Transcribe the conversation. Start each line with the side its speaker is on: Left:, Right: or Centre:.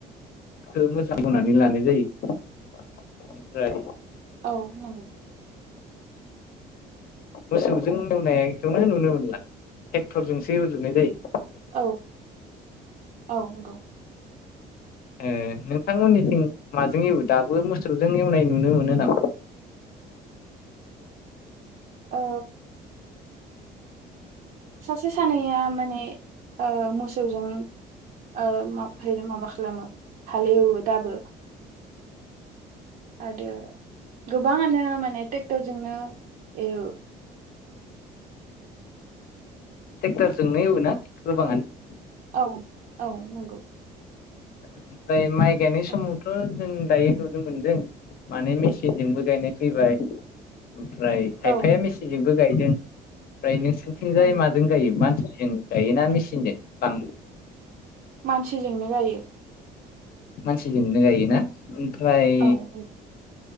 Left: खो मोजां एवनानै लानाय जायो इनिफ्राय
Right: औ नंगौ <inaudible>
Left: मोसौजों एवनायखौनो नुनो मोनला टेक्टरजोंसो एवजोबनाय जायो।
Right: औ औ नंगौ
Left: ओ नोंथांमोनथिं माजों एवो दाबो मोसौजों एवनाय नुनो मोनो नामा
Right: <inaudible> औ सासे सानैया माने ओ मोसौजों ओ मा फाइले माबा खालामो हालेएवो दाबो आरो गोबाङानो माने ट्रेक्टरजोंनो एवो
Left: ट्रेक्टर जोंनो एवो ना गोबाङानो
Right: औ औ नंगौ
Left: ओमफ्राय माइ गायनाय
Right: औ
Left: समावथ' जों दायो नुनो मोनदों माने मेसिनजोंबो गायनाय फैबाय ओमफ्राय
Right: औ
Left: खायफाया मेसिनजोंबो गायदों ओमफ्राय नोंसोरनिथिंजाय
Right: नंगौ
Left: माजों गायो मानसि जों गायोना मेसिनजों बां
Right: मानसिजोंनो गायो
Left: मानसिजोंनो गायोना ओमफ्राय
Right: औ नंगौ